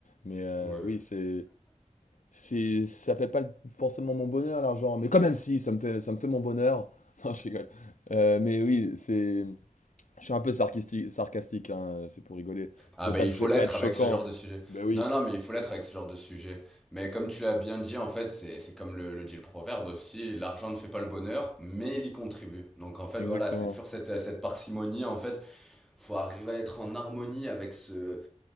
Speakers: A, on the left; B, in the centre.
A: Mais euh,
B: Oui.
A: oui, c'est, c'est, ça fait pas le- forcément mon bonheur, l'argent. Mais quand même, si, ça me fait, ça me fait mon bonheur. <laughs> Non, je rigole. Euh, mais oui, c'est, Je suis un peu sarcastique, sarcastique hein, c'est pour rigoler.
B: Ah
A: Je
B: ben
A: veux pas,
B: il
A: être-
B: faut
A: je veux
B: l'être
A: pas être choquant.
B: avec ce genre de sujet.
A: Ben oui,
B: Non, non, mais il faut l'être avec ce genre de sujet. Mais comme tu l'as bien dit, en fait, c'est c'est comme le, le dit le proverbe aussi, l'argent ne fait pas le bonheur, mais il y contribue. Donc en fait,
A: exactement.
B: voilà, c'est toujours cette, cette parcimonie, en fait. Faut arriver à être en harmonie avec ce,